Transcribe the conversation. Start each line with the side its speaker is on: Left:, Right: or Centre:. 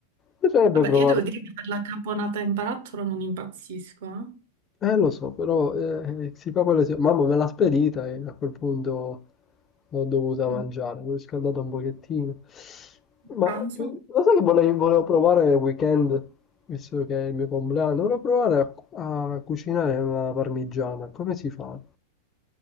Left: Bisognerebbe
Right: Vabbè,
Left: provare,
Right: io devo dire che per la caponata in barattolo non impazzisco.
Left: eh lo so, però eh, si fa quello che si... Mamma me l'ha spedita e a quel punto... L'ho dovuta
Right: eh.
Left: mangiare, l'ho riscaldata un pochettino. Ma
Right: Pranzo?
Left: più- lo sai che volevo, volevo provare nel weekend, visto che è il mio compleanno, volevo provare a, a cucinare una parmigiana. Come si fa?